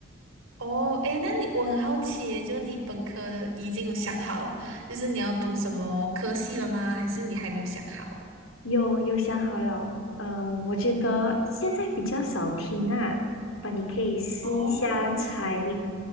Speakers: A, on the right (about 80°); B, on the left (about 80°).
A: 哦，诶，那你我很好奇耶，就你本科的已经有想好，就是你要读什么科系了吗？还是你还没有想好？
B: 有有想好了，嗯，我觉得现在比较少听啊，吧，你可以试一下才
A: 哦，